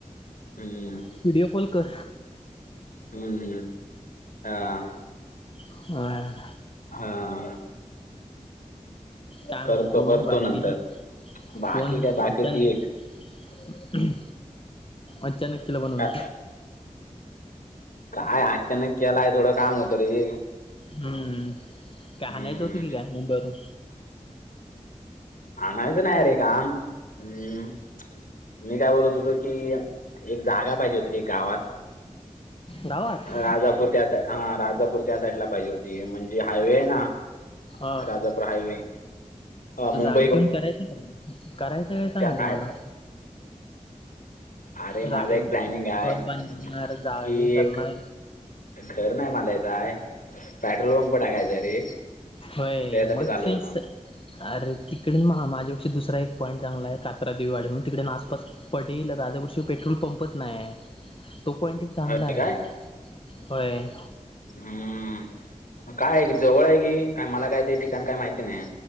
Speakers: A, on the left; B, on the left.
A: हम्म.
B: व्हिडिओ कॉल कर.
A: हम्म. हम्म. हा.
B: होय.
A: हा..
B: काय? म्हणतो
A: करतो करतो
B: मग बाकी.
A: नंतर बाकी
B: फोन
A: काय बाकी
B: आता
A: ठीक
B: नाही. अचानक किला बनवून
A: का काय? अचानक केलाय. थोडं काम होतं रे.
B: हम्म,
A: हम्म
B: काय आणायचं होतं? की मुंबई वरून.
A: आणायचं नाही रे काम. हम्म मी काय? बोलत होतो की. एक जागा पाहिजे होती, एक गावात
B: गावात
A: राजापूर त्या. हा राजापूर त्या साईडला पाहिजे होती. म्हणजे हायवे आहे ना
B: हा
A: राजापुर हायवे अ मुंब
B: <unintelligible> करायचं का? सांग
A: त्या
B: आधी
A: साय
B: मला.
A: अरे
B: जागे
A: माझं एक प्लॅनिंग आहे
B: घर बांधणार जाग
A: की
B: ही करणार
A: एक घर नाही बांधायचंय. पेट्रोल पंप टाकायचंय रे.
B: होय
A: त्यासाठी
B: मग
A: चालू
B: ती..
A: होतं
B: अरे तिकडे मग माझ्यापेक्षा दुसरा एक पॉईंट चांगला आहे. कात्रा देवीवाडी म्हणून तिकडे ना पस पडेल राजापूर पेट्रोल पंपच नाही आहे. तो पॉइंट एक चांगला
A: होय
B: आहे.
A: काय
B: होय.
A: हम्म. काय आहे की जवळ आहे की काय मला काय ते ठिकाणी काही माहिती नाही.